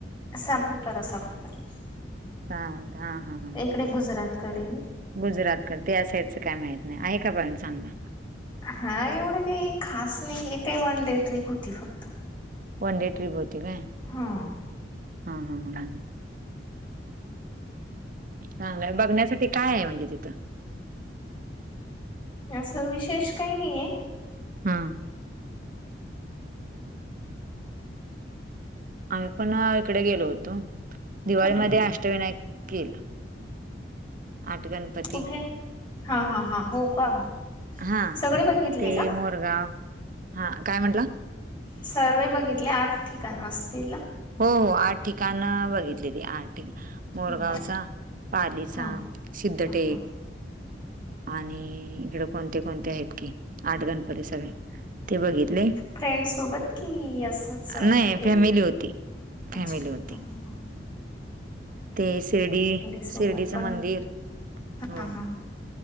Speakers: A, on the left; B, on the right.
A: सापुतारा सापुतारा.
B: हा हा हा.
A: इकडे गुजरातकडे.
B: गुजरातकड त्या साईडचं काय माहित नाही आहे का पॉईंट चांगला.
A: हा एवढं काही खास नाही हे काय वन डे ट्रीप होती फक्त.
B: वन डे ट्रिप होती काय
A: हा
B: हा, हा, हा. चांगलय बघण्यासाठी काय आहे म्हणजे तिथं.
A: असं विशेष काही नहीे आहे.
B: हां! आपण इकडे गेलो होतो, दिवाळीमध्ये
A: कुठे
B: अष्टविनायक केेलं. आठ गणपती
A: कुठे हा हा हा हो का
B: हा
A: सगळे बघितले
B: ते
A: का
B: गाव हा काय म्हटला.
A: सर्वे बघितले आठ ठिकाण, असतील ना.
B: हो हो आठ ठिकाण बघितली ती आठ ठिकाण. मोरगावचा,
A: हा
B: पालीचा,
A: हा
B: सिद्धटेक.
A: हा हा
B: आणि इकडे कोणते कोणते आहेत की, आठ गणपती सगळे. ते बघितले.
A: फ्रेंड सोबत कि असच
B: नाही
A: गेल.
B: फॅमिली होती,
A: अच्छा
B: फॅमिली होती.
A: हं हं.
B: ते शिर्डी,
A: सोबत
B: शिर्डीचं
A: पण
B: मंदिर हो.
A: हा हा.